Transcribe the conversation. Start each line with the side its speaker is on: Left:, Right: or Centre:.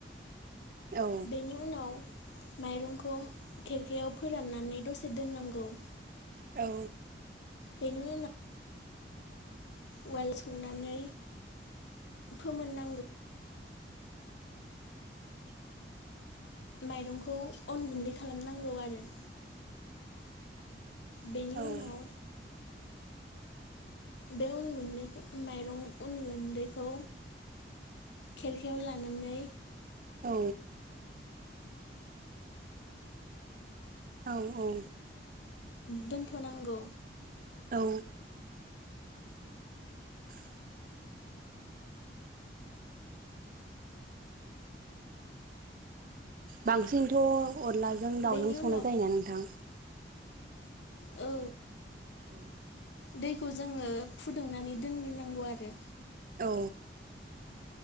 Right: औ
Left: बेनि उनाव माइरंखौ खेरखायाव फोराननानै दसे दोननांगौ
Right: औ
Left: बेनि ना उआल सौनानै फोमोना माइरंखौ अन गुन्दै खालामनांगौ आरो बेनि
Right: औ
Left: उनाव बे अन गुन्दैखौ माइरं उन गुन्दैखौ खेरखायाव लानानै
Right: औ औ औ
Left: दोनथ'नांगौ
Right: औ उ <unintelligible> बांसिनथ' अनलाजों दाउजों
Left: बेनि
Right: संनाय
Left: उनाव
Right: जायोना नोंथां
Left: औ
Right: औ
Left: दैखौ जोङो फुदुंनानै दोनग्रोनांगौ आरो
Right: औ